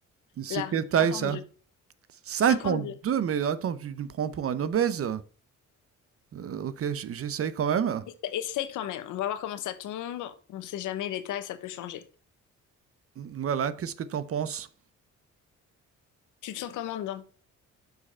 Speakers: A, on the right; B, on the left.
A: C'est
B: Là,
A: quelle taille
B: 52.
A: ça? Cinquante
B: 52.
A: deux. mais attends, tu tu me prends pour un obèse? Euh, ok, j- j'essaye quand même.
B: Essa- Essaye quand même. On va voir comment ça tombe. On sait jamais, les tailles, ça peut changer.
A: Voilà, qu'est-ce que t'en penses?
B: Tu te sens comment dedans?